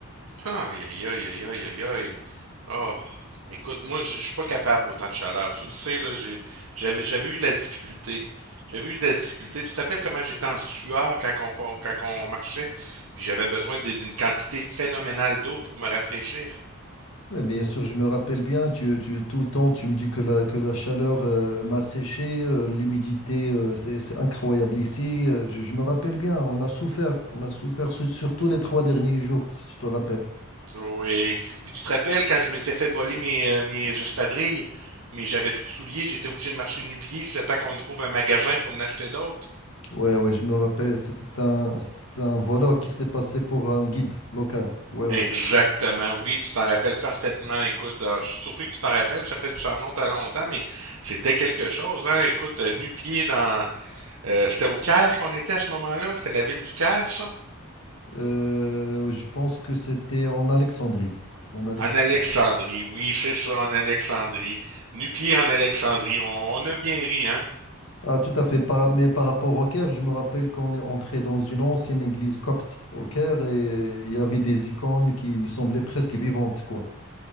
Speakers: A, on the right; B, on the left.
A: Aïe, aïe, aïe, aïe, aïe, aïe, aïe. Oh, écoute, moi, je je suis pas capable autant de chaleur. Tu le sais, là, j'ai- j'avais, j'avais eu de la difficulté. J'avais eu de la difficulté. Tu te rappelles comment j'étais en sueur quand on, fa- quand on marchait, puis j'avais besoin d'- d'une quantité phénoménale d'eau pour me rafraîchir.
B: Ouais, bien sûr, je me rappelle bien, tu, tu- tout le temps, tu me dis que la, que la chaleur euh, m'a séché, euh, l'humidité, euh, c'est, c'est incroyable ici. euh, je, je me rappelle bien, on a souffert, on a souffert, sur- surtout les trois derniers jours, si tu te rappelles.
A: Oui. Puis tu te rappelles quand je m'étais fait voler mes, euh, mes espadrilles, mais j'avais plus de souliers, j'étais obligé de marcher de nu-pieds jusqu'à temps qu'on trouve un magasin pour en acheter d'autres.
B: Ouais, ouais, je me rappelle, c'était un, c'était un voleur qui s'est passé pour un guide local. Ouais, ouais.
A: Exactement, oui, tu t'en rappelles parfaitement. Écoute, euh, je suis surpris que tu t'en rappelles, ça fait ça remonte à longtemps, mais c'était quelque chose, hein. Écoute, euh, nu-pieds dans euh, c'était au Caire qu'on était à ce moment-là, c'était la ville du Caire, ça?
B: Euh, je pense que c'était en Alexandrie. En Alexandrie.
A: En Alexandrie, oui, c'est ça, en Alexandrie. Nu-pieds en Alexandrie, on, on a bien ri, hein?
B: Ah, tout à fait. Par- mais par rapport au Caire, je me rappelle qu'on est entré dans une ancienne église copte au Caire et il y avait des icônes qui semblaient presque vivantes, quoi.